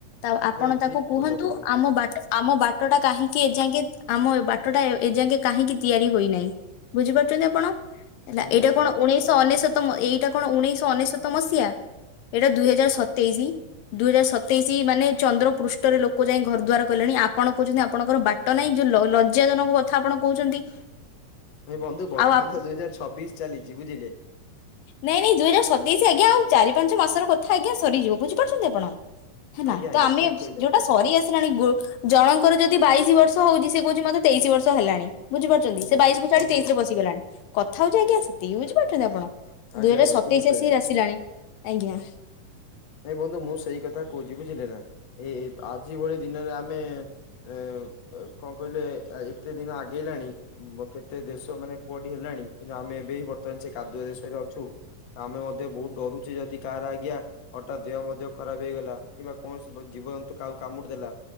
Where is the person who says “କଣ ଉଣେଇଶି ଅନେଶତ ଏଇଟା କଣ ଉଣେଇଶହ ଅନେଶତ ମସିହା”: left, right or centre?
Left